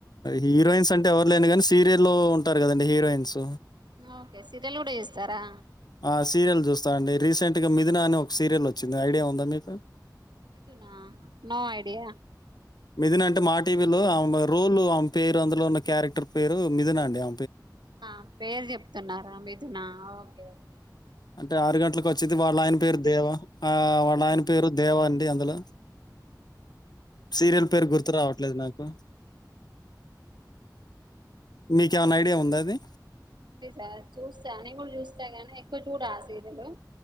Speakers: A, on the left (about 65°); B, on the right (about 80°).
A: హీరోయిన్స్ అంటే ఎవరు లేని గాని సీరియల్లో ఉంటారు కదండి హీరోయిన్స్
B: ఓకే సీరియల్ కూడా చూస్తారా
A: ఆ సీరియల్ చూస్టాండి రీసెంట్ గా మిథున అనే ఒక సీరియల్ వచ్చింది ఐడియా ఉందా మీకు
B: మిథునా నో ఐడియా
A: మిథిన అంటే మా టీవీలో ఆమె రూల్ ఆమ్ పేరు అందులో ఉన్న క్యారెక్టర్ పేరు మిథిన అండిమె
B: ఆ పేర్ చెప్తున్నార మిథునా ఓకే ఓకే
A: అంటే ఆరు గంటలకు వచ్చిది వాళ్ళాయన పేరు దేవ ఆ వాళ్ళ ఆయన పేరు దేవా అండి అందులో సీరియల్ పేరు గుర్తు రావట్లేదు నాకు మీకేమన్నా ఐడియా ఉందా అది
B: ఎ సార్ చూస్తా నేన్ కూడ చూస్తా గానీ ఎక్కువ చూడ ఆ సీరియల్